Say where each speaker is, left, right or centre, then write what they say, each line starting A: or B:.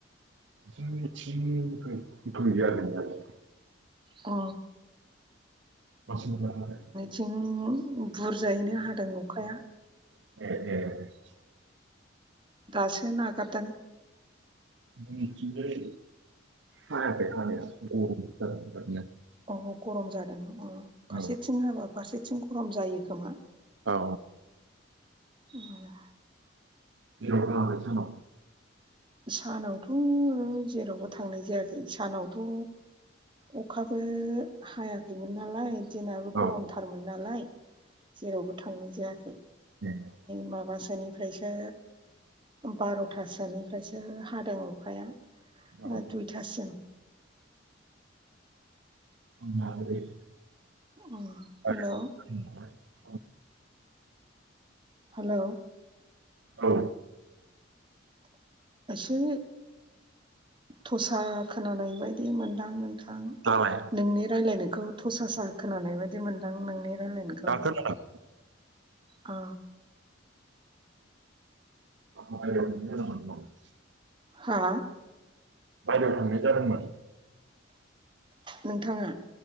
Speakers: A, on the right (about 65°); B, on the right (about 25°).
A: जोंनिथिं गो-गोया गैनायालाय
B: अ
A: <unintelligible>
B: थिं बुरजायैनो हादों अखाया।
A: <unintelligible>
B: दासो नागारदों
A: जोंनिथिं जाय हायाखै हानाया गरम सो जादों बिरादनो।
B: अ गरम जादों अ फारसेथिं
A: औ
B: हाबा फारसेथिं गरम जायो खोमा।
A: औ
B: उम
A: जेरावबो थाङाखै सानाव?
B: सानावथ' जेरावबो थांनाय जायाखै सानावथ' अखाबो हायाखैमोन नालाय दिनाबो
A: औ
B: गरमथारमोन नालाय जेरावबो थांनाय जायाखै।
A: <unintelligible>
B: माबासोनिफ्रायसो बार'थासोनिफ्रायसो हादों अ खाया ओ
A: औ
B: दुइथासिम।
A: <unintelligible>
B: अ
A: औ
B: हेलौ
A: <inaudible>
B: हेलौ
A: औ
B: एसे थसा खोनानाय बायदि मोनदां नोंथां
A: दालाय
B: नोंनि रायलायनायखौ थसासा खोनानाय बायदि मोनदां नोंनि रायलायनाय
A: दा खोनादों?
B: अ
A: <unintelligible>
B: हा
A: बायजोआव थांनाय जादोंमोन
B: नोंथाङा